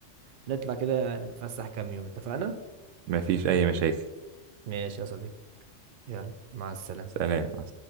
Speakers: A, on the right; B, on the right.
A: ونطلع كده نتفسح كام يوم اتفقنا
B: مفيش اي مشاكل
A: ماشي يا صديقي يلا مع السلامة
B: سلام مع